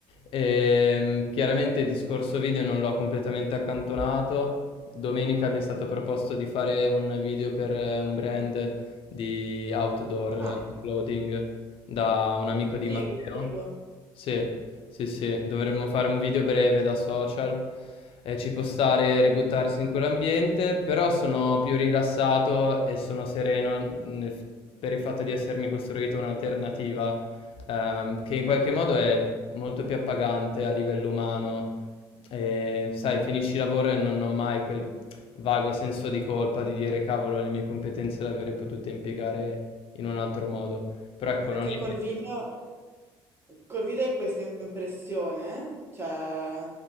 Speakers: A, on the left; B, on the right.
A: E, chiaramente il discorso video non l'ho completamente accantonato Domenica mi è stato proposto di fare un video per eh, un brand di outdoor
B: Ah,
A: eh, clothing da un amico di
B: figo,
A: Matteo.
B: figo.
A: Sì, sì, sì, dovremmo fare un video breve da social. eh, ci può stare ributtarsi in quell'ambiente, però sono più rilassato e sono sereno nel- per il fatto di essermi costruito un'alternativa ehm, che in qualche modo è molto più appagante a livello umano Ehm, sai, finisci il lavoro e non ho mai quel vago senso di colpa di dire: "Cavolo, le mie competenze le avrei potute impiegare in un altro modo". Però ecco,
B: Perché
A: non è
B: col
A: che
B: video, col video hai questa impressione, cioè